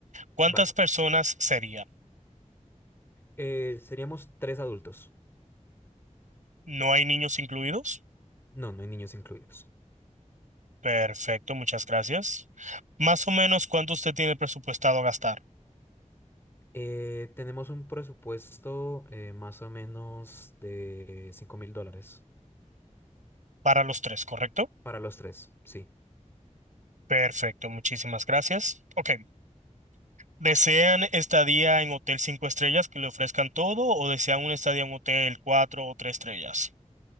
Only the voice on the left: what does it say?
Vale.
Eh, seríamos tres adultos.
No, no hay niños incluidos.
Eh, tenemos un presupuesto eh, más o menos de cinco mil dólares.
Para los tres, sí.